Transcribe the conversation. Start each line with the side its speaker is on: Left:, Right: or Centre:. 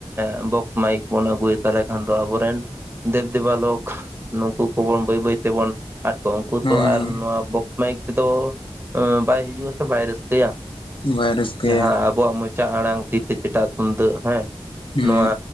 Right: ᱮᱸ ᱵᱚᱠ ᱢᱟᱭᱤᱠ ᱵᱚᱱ ᱟᱹᱜᱩᱭᱟ ᱛᱟᱦᱚᱞᱮ ᱠᱷᱟᱱ ᱫᱚ ᱟᱵᱚ ᱨᱮᱱ ᱫᱮᱵ ᱫᱮᱵᱟ ᱞᱳᱠ ᱱᱩᱠᱩ ᱠᱚᱵᱚᱱ ᱵᱟᱹᱭᱼᱵᱟᱹᱭ ᱛᱮᱵᱚᱱ ᱟᱫ ᱠᱚ ᱩᱱᱠᱩ
Left: ᱦᱮᱸ
Right: ᱛᱚ ᱟᱨ ᱱᱚᱣᱟ ᱵᱚᱠᱥ ᱢᱟᱭᱤᱠ ᱛᱮᱫᱚ ᱮᱸ ᱵᱟᱭ ᱦᱤᱡᱩᱜᱼᱟ᱾ ᱵᱟᱭ ᱨᱟᱹᱥᱤᱭᱟ,
Left: ᱵᱟᱭ ᱨᱟᱹᱥᱠᱟᱹᱭᱟ
Right: ᱡᱟᱦᱟᱸ ᱟᱵ ᱵᱚᱣᱟᱜ ᱢᱚᱪᱟ ᱟᱲᱟᱝ ᱛᱤ ᱛᱮ ᱪᱮᱴᱟᱜ ᱛᱩᱢᱫᱟᱹᱜ ᱦᱮᱸ
Left: ᱦᱩᱸ
Right: ᱱᱚᱣᱟ